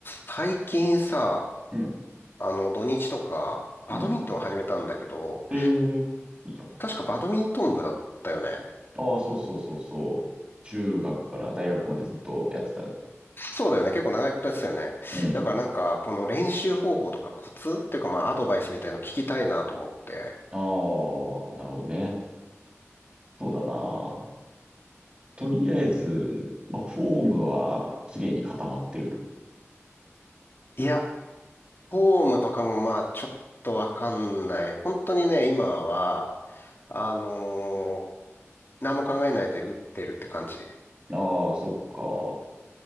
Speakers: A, on the left; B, on the right.
A: 最近さ、
B: うん、
A: あの、土日とか、バドミントン始めたんだけど、
B: うん。ええいいじゃん。
A: 確かバドミントン部だったよね。
B: ああ、そうそうそうそう。中学から大学までずっとやってたね。
A: そうだよね。結構長いことやってたよね。
B: うん。
A: だからなんか、この練習方法とかコツっていうかまあ、アドバイスみたいの聞きたいなと思って。
B: ああ、なるほどね。そうだな。とりあえず、まあ、フォームは綺麗に固まってる。
A: いや、フォームとかもまあ、ちょっとわかんない。本当にね、今は、あのー何も考えないで打ってるって感じ。
B: ああ、そっか。